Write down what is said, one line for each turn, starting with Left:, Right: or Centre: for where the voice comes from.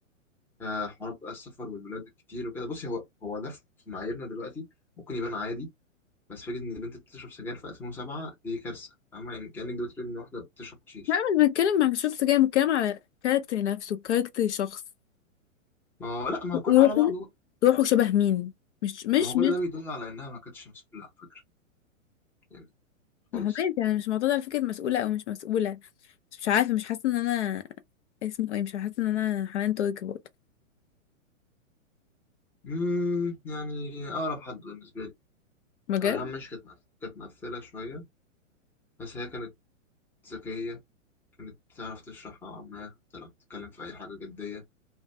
Centre: آه، حوارات بقى السفر والبلاد الكتير وكده بصي هو هو ده في في معاييرنا دلوقتي ممكن يبان عادي بس فكره ان البنت بتشرب سجاير في 2007 دي كارثه فاهمه يعني كانك دلوقتي بتقول ان واحده بتشرب حشيش
Left: لا مش بتكلم عن الشخص كده بتكلم على كاركتر نفسه كاركتر شخص
Centre: ما هو لا ما هو كله
Left: روحه
Centre: على بعضه بقى.
Left: روحه شبه مين مش مش
Centre: ما هو كل
Left: مش
Centre: ده بيدل على انها ما كانتش مسؤوله على فكره يعني خالص
Left: ما هو ماشي انا مش معترضة على فكرة مسؤولة او مش مسؤولة بس مش عارفة مش حاسة ان انا اسمه ايه مش حاسة ان انا حنان تركي برضه
Centre: امم يعني اقرب حد بالنسبه لي
Left: بجد
Centre: أغام مش كانت مقف- كانت مقفلة شوية بس هي كانت ذكية كانت بتعرف تشرح نوعا ما حتى لو بتتكلم في أي حاجة جدية